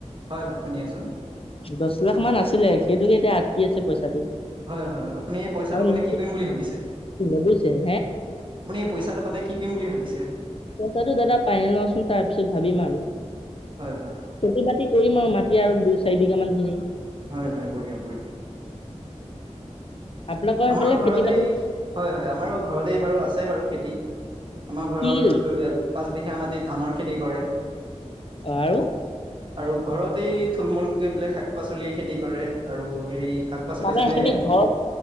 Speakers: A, on the right; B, on the left.
A: হয়, হয় শুনি আছো।
B: দছ লাখ মান আছিলে সেইটোকে এতিয়া আটকি আছে পইচাটো।
A: হয় হয় হয়, আপুনি এই পইচাটো
B: আৰু
A: পালে কি কৰিম বুলি ভাবিছে
B: <unintelligible> বুইছে।
A: আপুনি পইচাটো পালে কি কৰিম বুলি ভাবিছে।
B: পইচাটো দাদা পায়ে লওঁচোন, তাৰপিছত ভাবিম আৰু
A: হয় হয় হয়
B: খেতি বাতি কৰিম আৰু মাত মাটি আৰু দুই চাৰি বিঘা মান কিনিম।
A: হয়, হয় বঢ়িয়া, বঢ়িয়া।
B: আপোনালোকৰ সেইফালে
A: আমাৰো
B: খেতি
A: ঘৰতে
B: বাতি
A: হয়, হয় আমাৰো ঘৰতে বাৰু আছে বাৰু খেতি। আমাৰ ঘৰৰ
B: কি কি কৰিছে?
A: দু পাঁচ বিঘা মাটিৰ ধানৰ খেতি কৰে।
B: অ' আৰু?
A: আৰু ঘৰতেই থুল মূলকৈ কেপেলাই শাক পাচলি খেতি কৰে। আৰু হেৰি শাক পাচলি
B: মানে
A: যেনে
B: সেইখিনি ঘৰ